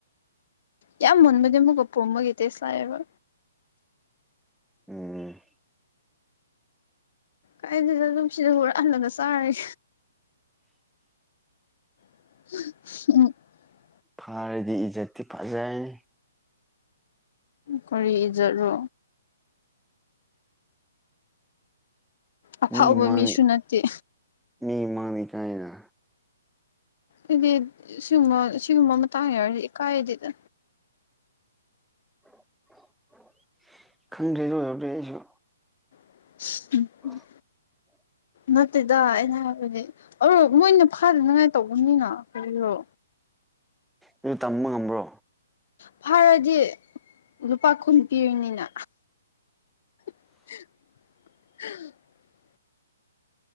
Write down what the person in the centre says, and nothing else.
ꯎꯝ
ꯐꯥꯔꯗꯤ ꯏꯖꯠꯇꯤ ꯐꯖꯔꯅꯤ
ꯃꯤ ꯃꯪ
ꯃꯤ ꯃꯥꯡꯗ ꯢꯀꯥꯏꯅ
<inaudible> ꯈꯪꯗ꯭ꯔꯦ ꯑꯗꯨ <unintelligible> ꯑꯩꯖꯨ
<inaudible>
ꯑꯗꯨ ꯇꯝꯕ ꯉꯝꯕ꯭ꯔꯣ